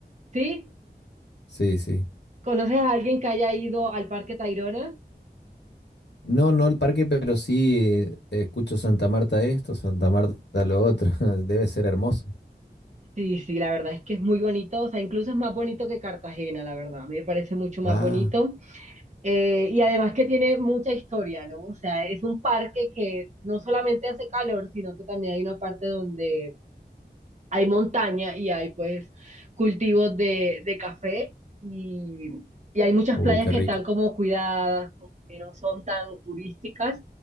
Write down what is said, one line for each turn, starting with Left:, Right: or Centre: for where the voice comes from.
Right: ¿sí?
Left: Sí, sí.
Right: ¿Conoces a alguien que haya ido al Parque Tayrona?
Left: No, no el parque, pero sí eh, escucho Santa Marta esto, Santa Marta lo otro. <laughs> Debe ser hermoso.
Right: Sí, sí, la verdad es que es muy bonito. O sea, incluso es más bonito que Cartagena, la verdad. A mí me parece mucho más
Left: Ah,
Right: bonito. Eh, y además que tiene mucha historia, ¿no? O sea, es un parque que no solamente hace calor, sino que también hay una parte donde hay montaña y hay pues cultivos de, de café y, y hay muchas
Left: uy,
Right: playas
Left: qué
Right: que
Left: rico.
Right: están como cuidadas, como que no son tan turísticas.